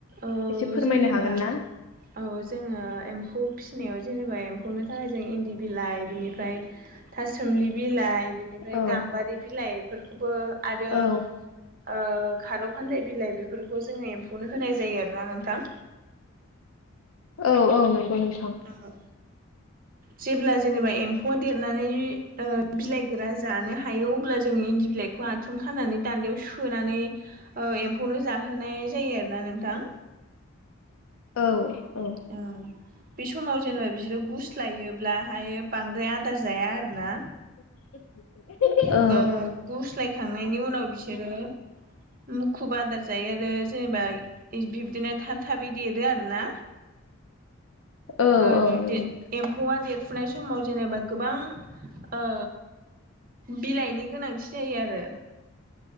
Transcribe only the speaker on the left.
एसे फोरमायनो
हागोन ना?
औ
औ
औ औ नंगौ नोंथां।
औ औ
<inaudible> औ
औ
औ
नंगौ नोंथां